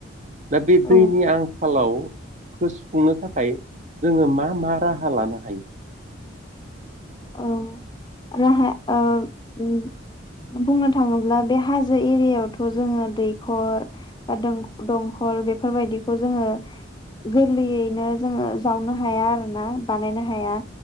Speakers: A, on the right; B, on the left.
A: दा बे
B: औ
A: दैनि आंख खालाव खोस सुफुंनो थाखाय जोङो मा मा राहा लानो हायो?
B: औ राहा ओम उम बुंनो थाङोब्ला बे हाजो एरियावथ' जोङो दैखर बा दंख दंखल बेफोरबायदिखौ जोङो गोरलैयैनो जोङो जावनो हाया आरोना बानायनो हाया